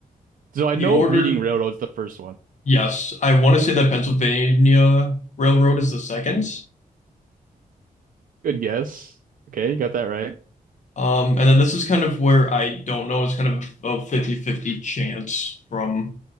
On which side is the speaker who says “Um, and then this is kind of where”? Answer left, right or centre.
Left